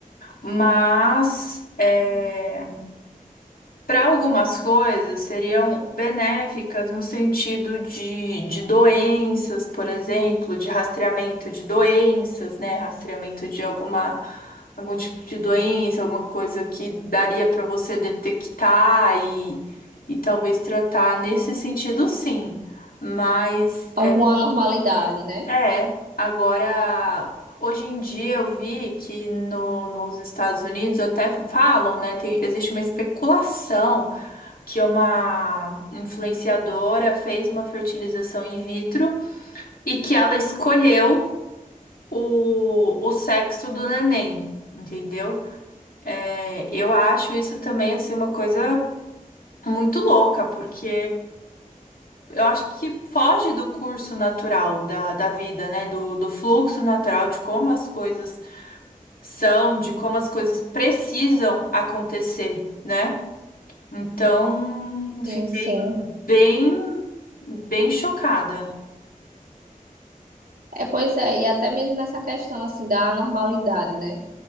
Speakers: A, on the left (about 85°); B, on the right (about 85°).
A: Mas. é, Para algumas coisas seriam benéficas no sentido de, de doenças, por exemplo, de rastreamento de doenças, né? Rastreamento de alguma, algum tipo de doença, alguma coisa que daria para você detectar e, e talvez tratar nesse sentido, sim. Mas
B: Alguma normalidade, né?
A: é, é, agora, hoje em dia eu vi que no, nos Estados Unidos até falam, né? Tem, existe uma especulação que é uma influenciadora fez uma fertilização in vitro e que ela escolheu o, o sexo do neném, entendeu? É, eu acho isso também assim uma coisa muito louca, porque eu acho que foge do curso natural da, da vida, né? Do, do fluxo natural de como as coisas são, de como as coisas precisam acontecer. né? Então,
B: Sim,
A: fiquei
B: sim.
A: bem, bem chocada.
B: É, pois é, e até mesmo nessa questão, assim, da anormalidade, né?